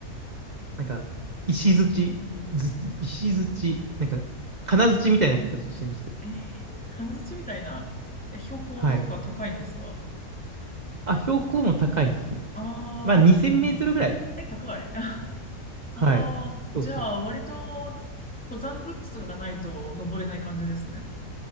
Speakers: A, on the right; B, in the centre.
A: なんか、石鎚、ず石鎚、なんか、金槌みたいな形してるんですけど。
B: えー、金槌みたいな、え、標高とか高いんですか
A: はい。あ、標高も高いっすね。
B: ああ
A: まあ、2000メートルぐらい。
B: ー、え、高い。<laughs> あ
A: はい。
B: あ、じゃあ、
A: そうそう。
B: 割と、登山グッズとかがないと登れない感じですね。